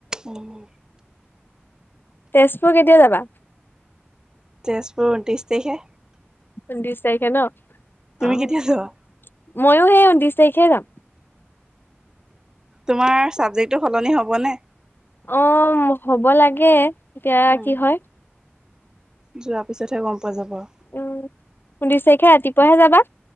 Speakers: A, on the right (about 15°); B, on the left (about 50°).
A: উম'।
B: তেজপুৰ কেতিয়া যাবা?
A: তেজপুৰ ঊনত্ৰিশ তাৰিখে।
B: ঊনত্ৰিশ তাৰিখে ন'।
A: তুমি
B: অহ
A: কেতিয়া যোৱা?
B: ময়ো সেই ঊনত্ৰিশ তাৰিখে যাম।
A: তোমাৰ চাবজেক্টতো সলনি হ'বনে?
B: অহ' হ'ব লাগে, এতিয়া
A: উম,
B: কি হয়?
A: যোৱাৰ পিছতহে গম পোৱা যাব আৰু।
B: উম' ঊনত্ৰিছ তাৰিখে ৰাতিপুৱাহে যাবা?